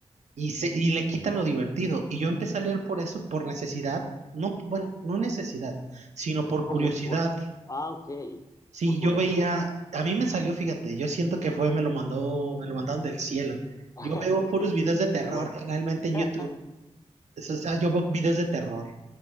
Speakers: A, on the right; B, on the left.
A: y, se, y le quitan lo divertido. Y yo empecé a leer por eso, por necesidad. No, bueno, no necesidad, sino por
B: Como
A: curiosidad,
B: por, ah, ok,
A: Sí,
B: por curiosidad.
A: yo veía, a mí me salió, fíjate, yo siento que fue, me lo mandó, me lo mandaron del cielo.
B: <laughs>
A: Yo veo
B: Qué
A: puros videos de terror,
B: Bueno.
A: generalmente
B: <laughs>
A: en YouTube. Es- o sea, yo veo videos de terror,